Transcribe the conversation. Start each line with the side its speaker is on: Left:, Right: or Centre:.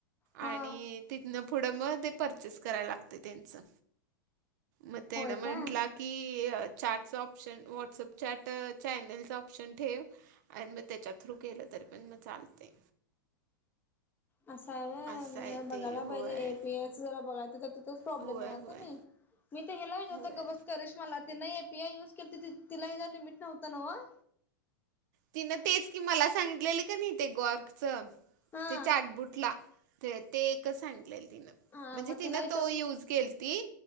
Left: हा
Right: आणि तिथनं पुढं मग ते परचेस करायला लागते त्यांचं. मग तेनं
Left: होय
Right: म्हंटला
Left: काय
Right: की चाटचं ऑप्शन व्हॉट्सअप चॅट चॅनलचं ऑप्शन ठेव. अन् मग त्याच्या थ्रू केलं तरी पण मग चालते.
Left: असा आहे व्हय,
Right: असं आहे
Left: नाही बघायला
Right: ते होय
Left: पाहिजे ए पी आयचं जरा बघायचं तर तोच प्रॉब्लेम
Right: होय
Left: येणारं
Right: होय
Left: का नाही? मी तर याला
Right: होय.
Left: गवस करत मला तिनं हे पी आय युज के तिलाही झाले लिमिट नव्हतं नव्हं.
Right: तिनं तेच कि मला सांगितलेले का नाही ते गॉर्कचं
Left: हा
Right: ते चाटबुटला? ते ते एक सांगितलेल तिनं.
Left: हा
Right: म्हणजे
Left: मग
Right: तिनं
Left: तिला विचारून
Right: तो यूज केलती